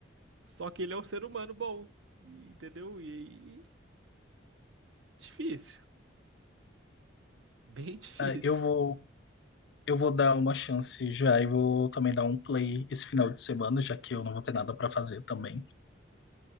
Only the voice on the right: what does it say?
Só que ele é um ser humano bom, e- entendeu? E aí, difícil, bem <laughs> difícil.